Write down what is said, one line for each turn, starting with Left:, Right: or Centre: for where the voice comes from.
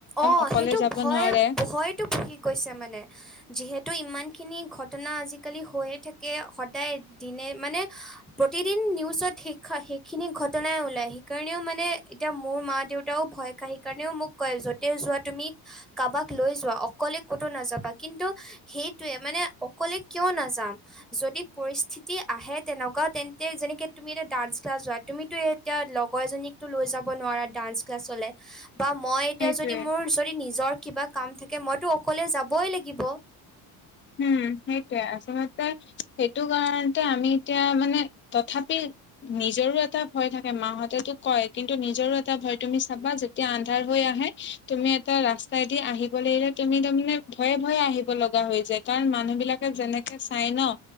Centre: অঁ,
Left: অকলে
Centre: সেইটো
Left: যাব
Centre: ভয়-ভয়তো
Left: নোৱাৰে
Centre: বাঢ়ি গৈছে মানে। <unintelligible> যিহেতু ইমানখিনি ঘটনা আজিকালি হৈয়ে থাকে। সদায়, দিনে মানে <unintelligible> প্ৰতিদিন নিউজত <unintelligible> সেইখিনি ঘটনাই ওলাই। সেইকাৰণেও মানে এতিয়া মোৰ মা-দেউতাও ভয় <inaudible> খায়। সেই কাৰণেও মোক কয় য'তে যোৱা তুমি কাৰোবাক লৈ যোৱা অকলে ক'তো নাযাবা। কিন্তু <unintelligible> সেইটোৱে মানে অকলে কিয় নাযাম? <inaudible> যদি পৰিস্থিতি আহে তেনেকুৱা তেন্তে যেনেকে তুমি এতিয়া ডান্স ক্লাছ যোৱা তুমিতো <unintelligible> এতিয়া লগৰ এজনীকতো লৈ যাব নোৱাৰা ডান্স ক্লাছলে বা মই <inaudible> এতিয়া
Left: সেইটোয়ে
Centre: যদি মোৰ যদি নিজৰ কিবা কাম থাকে মইতো অকলে যাবই লাগিব। <unintelligible>
Left: উম! সেইটোৱেই আচলতে সেইটো কাৰণতে আমি এতিয়া মানে তথাপি <unintelligible> নিজৰো এটা ভয় থাকে। মাহঁতেতো কয় কিন্তু নিজৰো এটা ভয়। তুমি চাবা <unintelligible> এতিয়া আন্ধাৰ হৈ আহে, তুমি এটা ৰাস্তাইদি আহিব লাগিলে, তুমি তাৰমানে ভয়ে-ভয়ে আহিব <unintelligible> আহিব লগা হৈ যায়। <inaudible> কাৰণ মানুহবিলাকে যেনেকে চাই ন'